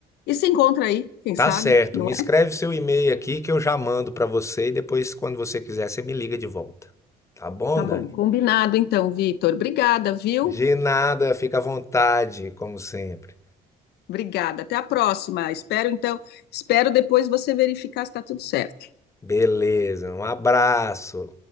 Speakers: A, on the left; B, on the left.
A: e se encontra aí, quem
B: Tá
A: sabe,
B: certo,
A: não
B: me escreve
A: é?
B: seu e-mail aqui que eu já mando para você e depois quando você quiser você me liga de volta. Tá bom,
A: Tá bom,
B: Dani?
A: combinado então, Vitor. Obrigada, viu?
B: De nada, fica à vontade, como sempre.
A: Obrigada. Até a próxima. Espero, então, espero depois você verificar se está tudo certo.
B: Beleza, um abraço.